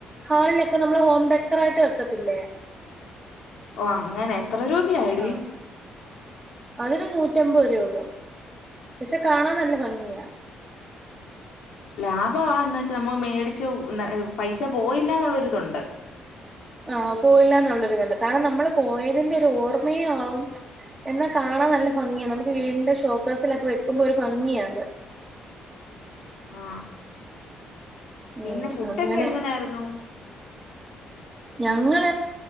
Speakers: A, on the right (about 15°); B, on the left (about 75°).
A: ഹാളിലൊക്കെ നമ്മള് ഹോം ഡെക്കറായിട്ട് വെക്കത്തില്ലേ
B: ഓ അങ്ങനെ എത്ര രൂപയായെടി
A: ആ അതൊരു നൂറ്റിയമ്പത് രൂപ ഉള്ളൂ പക്ഷെ കാണാൻ നല്ല ഭംഗിയാണ്
B: ലാഭവാ എന്ന വെച്ചാ നമ്മ മേടിച്ചു ന്ന പൈസ പോയില്ല എന്നൊരുത്ണ്ട്
A: ആ പോയില്ല എന്നുള്ളരിതുണ്ട് കാരണം നമ്മള് പോയതിന്റെ ഒരു ഓർമ്മയും ആവും എന്നാ കാണാൻ നല്ല ഭംഗിയാണ് നമുക്ക് വീടിന്റെ ഷോക്കെയ്സിൽ ഒക്കെ വെക്കുമ്പോ ഒരു ഭംഗിയാ അത്
B: ആ പിന്നെ
A: ഉം
B: ഫുഡൊക്കെ
A: അങ്ങനെ
B: എങ്ങനെയായിരുന്നു
A: ഞങ്ങള്